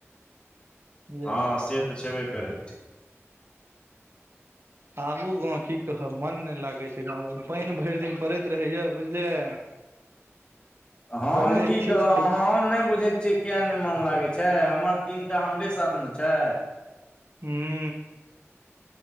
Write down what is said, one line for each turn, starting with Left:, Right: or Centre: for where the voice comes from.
Right: बुझलियै
Left: हँ से त छेबे करै।
Right: आबू गाँंव की कहब मन ने लागै छै गाँव मे, ई पानि भरि दिन परैत रहैय बुझलियै।
Left: हम
Right: सगरे
Left: की
Right: खीच
Left: कहब,
Right: खीच
Left: हम नहि बुझैत छियै किए नहि मन लागै छै, हमर तीनटा हमरे साथ ने छै।
Right: हम्म